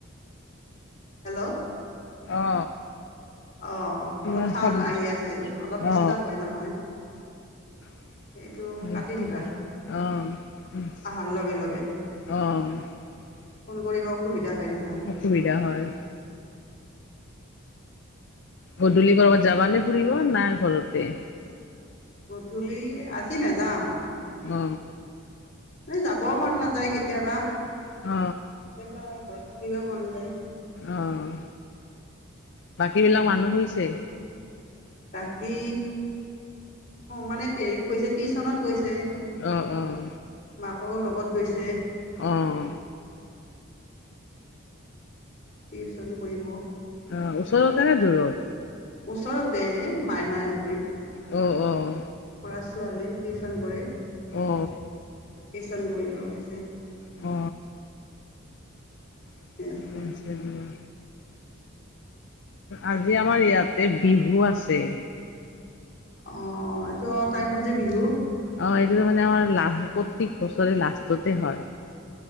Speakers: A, on the left (about 40°); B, on the left (about 55°).
A: হেল্ল'
B: অ
A: অ
B: কিবা
A: অলপ চাউণ্ড
B: শব্দ
A: আহি আছিল অলপ ডিষ্টাৰ্ব
B: অ
A: হয় নহয়।
B: অহ-অহ
A: এইটো কাটি দিবা অহাৰ লগে লগে ফোন কৰিব অসুবিধা হয় নহয়
B: অসুবিধা হয় গধূলি বাৰ জাবানে ফুৰিব না ঘৰতে
A: গধূলি আজি নাযাওঁ।
B: উ
A: ন যাব মন নাযায় কেতিয়াবা
B: অ,
A: কেতিয়াবা আৰু ঘৰত থাকিব মন যায়।
B: অহ বাকী বিলাক মানুহ শুইছে।
A: বাকী মানে হৰি গৈছে টি টিওচনত গৈছে।
B: অহ-অহ।
A: আকৌ লগত গৈছে।
B: অহ
A: টিউচন কৰিব
B: অ উওচৰতেনে দূৰত।
A: ওচৰতে মাইনাই যদি
B: অ-অ
A: লৰা ছোৱালী টিউচন কৰে।
B: অ
A: টিউচন কৰিব গৈছে।
B: অ অ
A: সিহঁতে
B: ঠিকে আছে দিয়া। আজি আমাৰ ইয়াতে বিহু আছে।
A: অ এইটো টাইমত যে বিহু,
B: অহ এইটো ত মানে আমাৰ লাষ্ট প্ৰত্যেক বছৰে লাষ্টতে হয়।